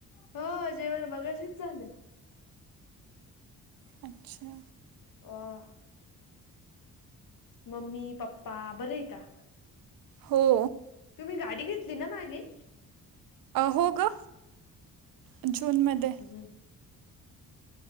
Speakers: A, on the left (about 65°); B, on the right (about 70°).
A: हो जेवण मघाशीच झालं.
B: अच्छा.
A: अ मम्मी पप्पा बरे आहे का?
B: हो.
A: तुम्ही गाडी घेतली ना मागे
B: हो ग जूनमध्ये
A: ह.